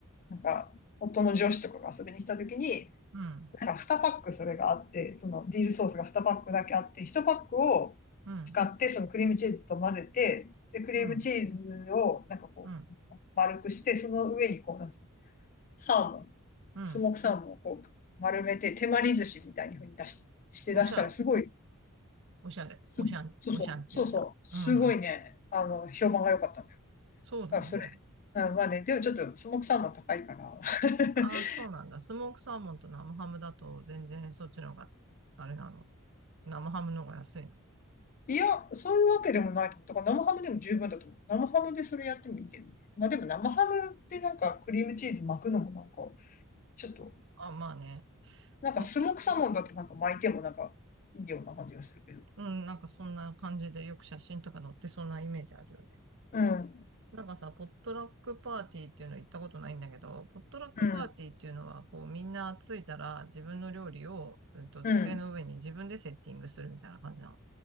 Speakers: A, on the left; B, on the right.
A: なんか、夫の上司とかが遊びに来た時に、
B: うん、
A: なんか2パックそれがあって、そのディルソースが2パックだけあって、1パックを使って、
B: うん、
A: そのクリームチーズと混ぜて、で、クリームチーズを、
B: うん、
A: なんかこう、
B: うん、
A: 丸くして、その上にこう、なんつうの、サーモン、
B: うん。
A: スモークサーモンをこう、丸めて、手まり寿司みたいに風に出し、して出したら、
B: おしゃ、
A: すごい、
B: おしゃれ、
A: す、
B: おしゃん、
A: そうそう、
B: おしゃんティーな。
A: そうそう、すごいね、
B: うん、
A: あの、評判が良かったんだよ。
B: そうだね。
A: だからそれ、うん、まあね、でもちょっとスモークサーモン高いから、<laughs>
B: ああ、そうなんだ。スモークサーモンと生ハムだと全然そっちの方が、あれなの。生ハムの方が安いの。
A: いや、そういうわけでもないと思う。だから生ハムでも十分だと思う。生ハムでそれやってもいいけどね。まあでも生ハムってなんかクリームチーズ巻くのもなんか、ちょっと、
B: あ、まあね。
A: なんかスモークサーモンだとなんか巻いてもなんかいいような感じがするけど。
B: ポッうん、なんかそんな感じでよく写真とか載ってそうなイメージあるよね。
A: うん、
B: なんかさ、ポットラックパーティーっていうの行ったことないんだけど、ポットラックパーティーっていうのは、
A: うん、
B: こうみんな着いたら自分の料理を、えっと、
A: うん。
B: 机の上に自分でセッティングするみたいな感じなの。